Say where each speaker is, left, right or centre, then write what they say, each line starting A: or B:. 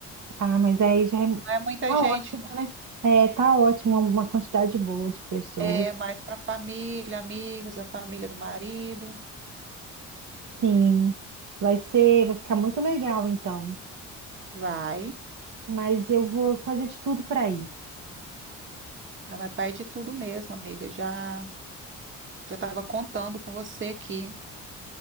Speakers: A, on the right; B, on the right.
A: Ah, mas aí já é,
B: Não é muita
A: tá
B: gente,
A: ótimo,
B: não.
A: né? É, tá ótimo, uma uma quantidade boa de pessoas.
B: É mais para família, amigos, a família do marido.
A: Sim, vai ser, vai ficar muito legal então.
B: Vai.
A: Mas eu vou fazer de tudo para ir.
B: Não é pai de tudo mesmo, amiga. Já já estava contando com você aqui.